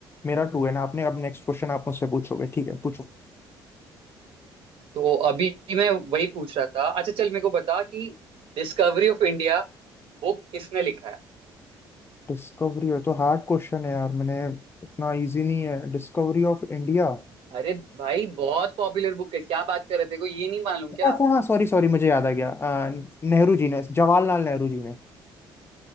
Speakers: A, on the left (about 25°); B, on the right (about 65°).
A: मेरा टू है ना आपने अब नेक्स्ट क्वेश्चन आप मुझसे पूछोगे ठीक है पूछो
B: तो अभी मैं वही पूछ रहा था अच्छा चल मेरे को बता कि डिस्कवरी ऑफ इंडिया बुक किसने लिखा है
A: डिस्कवरी है तो हार्ड क्वेश्चन है यार मैंने इतना इजी नहीं है डिस्कवरी ऑफ इंडिया
B: अरे भाई बहुत पॉपुलर बुक है क्या बात कर रहे तेरे को ये नहीं मालूम
A: अच्छा
B: क्या
A: हाँ सॉरी सॉरी मुझे याद आ गया अ, नेहरू जी ने जवाहरलाल नेहरू जी ने